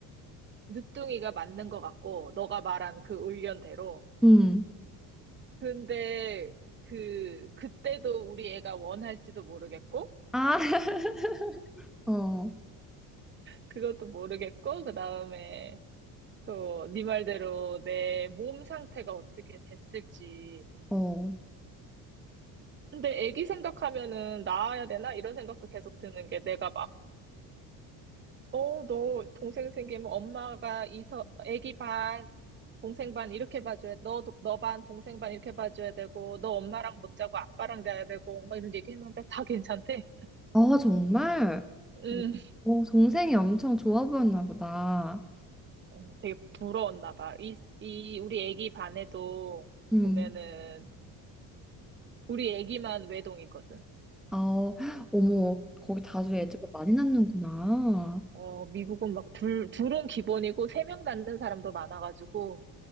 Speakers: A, on the right (about 30°); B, in the centre.
A: 늦둥이가 맞는 것 같고 너가 말한 그 의견대로
B: 음.
A: 근데 그 그때도 우리 애가 원할지도 모르겠고
B: 아, <laughs> 어,
A: 그것도 모르겠고 그다음에 또 네 말대로 내 몸 상태가 어떻게 됐을지
B: 어.
A: 근데 애기 생각하면은 낳아야 되나 이런 생각도 계속 드는 게 내가 막 어 너 동생 생기면 엄마가 이서 애기 반 동생 반 이렇게 봐줘야 너 너 반 동생 반 이렇게 봐줘야 되고 너 엄마랑 못 자고 아빠랑 자야 되고 막 이런 얘기 했는데 다 괜찮대.
B: 아, 정말?
A: 음.
B: 어 동생이 엄청 좋아 보였나 보다.
A: 어, 되게 부러웠나 봐. 이, 이, 우리 애기 반에도
B: 음.
A: 보면은, 우리 애기만 외동이거든.
B: 아, 어, 어머, 거기 다들 애들
A: 응.
B: 많이 낳는구나.
A: 어, 미국은 막 둘, 둘은 기본이고, 세 명 낳는 사람도 많아가지고,